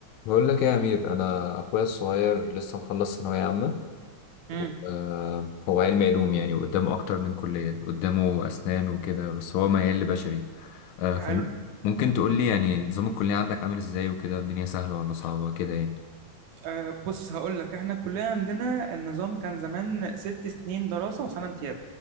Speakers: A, on the left; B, on the right.
A: بقول لك ايه يا امير انا اخويا الصغير لسه مخلص ثانويه عامه
B: امم
A: و- آه، هو علمي علوم يعني وقدامه اكتر من كليه قدامه اسنان وكده بس هو ميال لبشري آه،
B: حلو
A: فممكن تقول لي يعني نظام الكليه عندك عامل ازاي وكده الدنيا سهله ولا صعبه كده يعني
B: أه بص هقول لك احنا كلنا عندنا النظام كان زمان ست سنين دراسة وسنة امتياز